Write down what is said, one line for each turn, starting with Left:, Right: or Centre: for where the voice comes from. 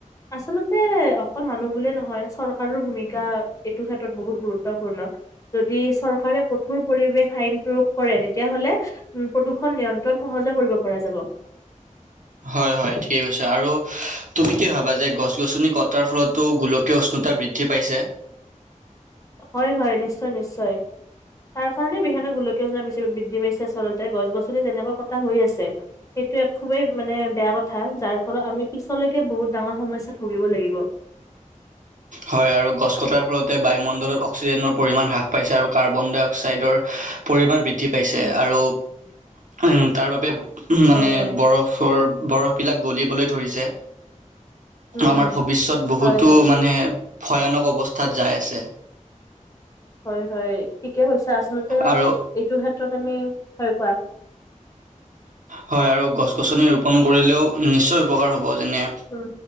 Left: আচলতে অকল মানুহ বুলিয়েই নহয় চৰকাৰৰ ভূমা এইটো ক্ষেত্ৰত বহুত গুৰুত্বপূৰ্ণ, যদি চৰকাৰে কঠোৰ পৰিৱেশ আইন প্ৰয়োগ কৰে, তেতিয়াহ'লে প্ৰদূৰণ নিয়ন্ত্ৰণ সহজে কৰিব পৰা যাব।
Right: হয় হয় থিকে কৈছা, আৰু তুমি কি ভাবা, গছ গছনি কতা ফলতো গুলকি <unintelligible> বৃদ্ধি পাইছে
Left: হয় হয় নিশ্চয় নিশ্চয় তাৰ কাৰণে বিশেষকে গোলকীয় অজনা বৃদ্ধি পাইছে আচলতে, গছ গছনি যেনেকৈ কটা হৈ আছে সেইটো এক খুবেই মানে বেয়া কথা যাৰ ফলত আমি পিছলৈকে বহুত ডাঙৰ সমস্যাত ভুগিব লাগিব।
Right: হয় আৰু গছ কটাৰ ফলতে বায়ুমণ্ডলত অক্সিজেনৰ পৰিমা হাস পাইছে আৰু কাৰ্বন ডাই অক্সাইডৰ পৰিমাণ বৃদ্ধি বৃদ্ধি পাইছে
Left: উম,
Right: আৰু উম তাৰ বাবে উম
Left: হয়,
Right: মানে
Left: হয়,
Right: বৰফৰ বৰফবিলাক গলিবলৈ ধৰিছে।
Left: উম,
Right: আমাৰ
Left: হুম,
Right: ভৱিষ্যত বহুতো
Left: হয়, হয়,
Right: মানে ভয়ানক অৱস্থাত যাই আছে
Left: হয় হয় ঠিকে হৈছে আচল্ততে
Right: আৰু
Left: এইটো ত আমি হয় পোৱা
Right: হয় আৰু গছ গছনি ৰোপণ কৰিলেও নিশ্চয় উপকাৰ হ'ব যেনে
Left: উম।